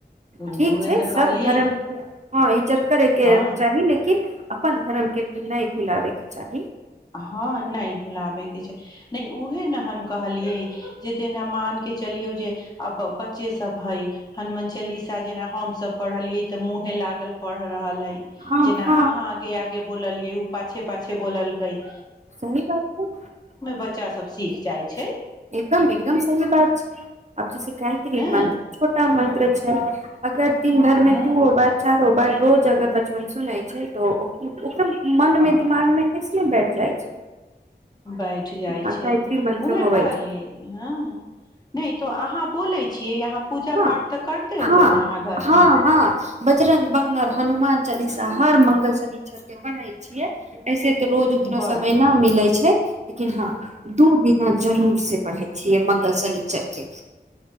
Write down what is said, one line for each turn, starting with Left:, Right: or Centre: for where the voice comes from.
Left: तऽ
Right: ठीक
Left: उहे
Right: छै
Left: तऽ
Right: सब
Left: कहलियै
Right: धर्म के हँ इज्जत करै के
Left: हँ
Right: चाही लेकिन अपन धर्म के भी नहि भुलाबेके चाही
Left: हँ नहि भुलाबेके छै नहि उहे ने हम कहलियै जे जेना मान के चलियौ जे बच्चे सब हे हनुमान चालीसा जेना हम सब पढ़लियै ते मुहे लागल पढ़ रहल हइ
Right: हँ
Left: जेना
Right: हँ
Left: अहाँ आगे आगे बोललियै उ पाछे पाछे बोलल कई
Right: सही बात छै
Left: बच्चा सब सीख जाइ छै
Right: एकदम एकदम सही बात छै आब जैसे गायत्री
Left: हँ
Right: मंत्र छोटाा मंत्र छै अगर तीन घरमे
Left: हँ
Right: दू हो बा चार ओ बाद रोज अगर बचपन सुनै छै तऽ उ ओकरा मन मे
Left: हँ
Right: दिमाग मे ऐसने बेठ जैत छै
Left: बैठ
Right: कि
Left: जाइ
Right: हँ
Left: छै
Right: गायत्री मंत्र
Left: उह
Right: होवै
Left: कहलियै
Right: छै
Left: हँ नहि तो अहाँ बोलै छियै अहाँ पूजा
Right: ह
Left: पाठ तऽ करते होबै
Right: हँ
Left: ने अहाँ घरमे
Right: हँ हँ बजर्ंग बान आ हनुमान चालीसा हर मंगल शनीचर के पढ़ै छियै ऐसे रोज उतना
Left: बड़
Right: समय ना मिले छै <inaudible> लेकिन हँ दू बिना जरूर से पढ़ै छियै मंगल शनीचर के